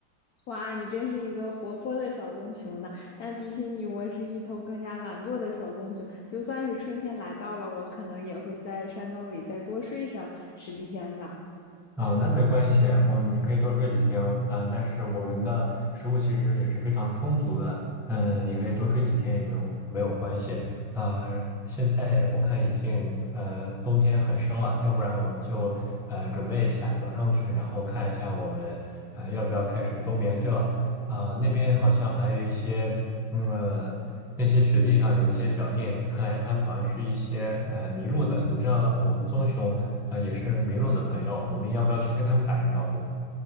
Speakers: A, on the left; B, in the centre.
A: 哇，你真是一个活泼的小棕熊呢！但比起你，我是一头更加懒惰的小棕熊。就算是春天来到了，我可能也会在山洞里再多睡上十几天的。
B: 啊，那没关系，我们你可以多睡几天，嗯、但是我们的食物其实也是非常充足的，嗯、你可以多睡几天也没有没有关系，呃，现在我看已经呃冬天很深了，要不然我们就呃准备一下走上去，然后看一下我们呃要不要开始冬眠。对了，啊、那边好像还有一些，嗯，呃那些雪地上有一些脚印，看来他们好像是一些呃迷路的。你知道我们棕熊呃也是迷路的朋友，我们要不要去跟他们打声招呼？